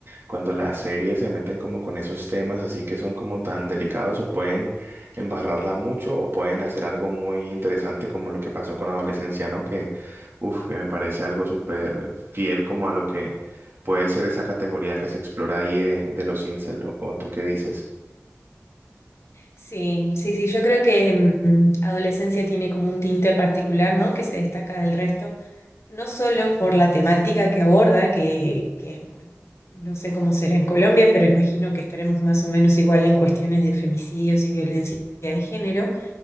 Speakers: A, on the right; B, on the left.
A: cuando las series se meten como con esos temas así que son como tan delicados o pueden embarrarla mucho o pueden hacer algo muy interesante como lo que pasó con adolescencia, ¿no? Que, uf, que me parece algo súper fiel como a lo que puede ser esa categoría que se explora ahí de, de los incel. ¿O o tú qué dices?
B: Sí, sí, sí, yo creo que mm, Adolescencia tiene como un tinte particular, ¿no? Que se destaca del resto. no solo por la temática que aborda, que, que no sé cómo será en Colombia, pero imagino que estaremos más o menos igual en cuestiones de femicidios y violencia de género,